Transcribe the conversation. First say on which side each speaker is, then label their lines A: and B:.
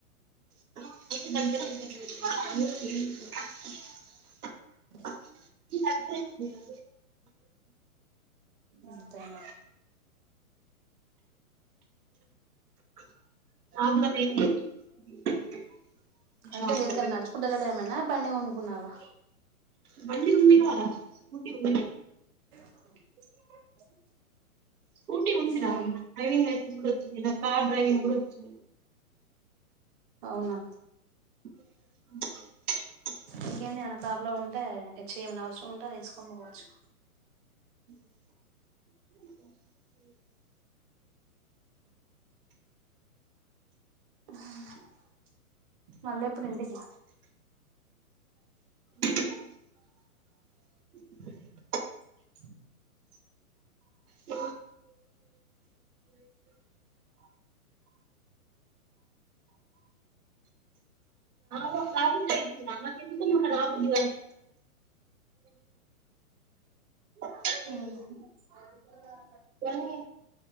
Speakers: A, on the right (about 80°); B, on the right (about 35°).
A: <inaudible>
B: అ <inaudible>
A: దగ్గరే ఉంది కదా
B: <inaudible> అంతేనా
A: ల పల <inaudible>
B: అంటే దేనికన్నా నడుచుకుంటూ వెళ్ళటమేనా బండి కొనుకున్నావా
A: బ ఉందిద కు ఉ <inaudible>
B: <inaudible>
A: స్కూటీ ఉందిరా
B: ఉమ్
A: డ్రైవింగ్ లైసెన్స్ కూడా వచ్చంది ఇంకా కార్ డ్రైవింగ్ కూడా వచ్చు
B: అవునా
A: <inaudible>
B: ఇంకేంది ఏమైనా ప్రాబ్లం ఉంటే ఎచ్చ చేయమను అవసరం ఉంటె అట్టా తీసుకొని పోవచ్చు
A: <inaudible>
B: ఆ <inaudible> మళ్ళేప్పుడు ఇంటికి
A: అ <inaudible> <inaudible>
B: <inaudible>
A: ఇ <inaudible> <inaudible> పుదు నాకు ఎందుకు మ రాపుటి <inaudible>
B: అ
A: వల్